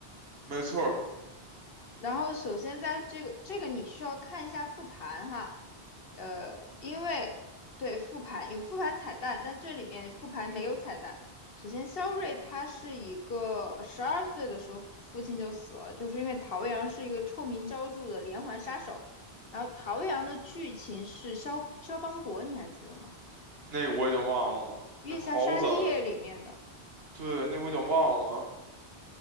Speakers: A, on the right (about 65°); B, on the left (about 60°).
A: 没错儿
B: 然后首先在这个这个你需要看一下复盘哈，呃，因为对复盘有复盘彩蛋，但这里面复盘没有彩蛋。首先，肖瑞他是一个十二岁的时候父亲就死了，就是因为陶阳是一个臭名昭著的连环杀手。然后陶阳的剧情是肖肖邦国，你还记得吗？
A: 那我已经忘了，
B: 《月下沙利叶》里面的。
A: 那好早，对，那我已经忘了，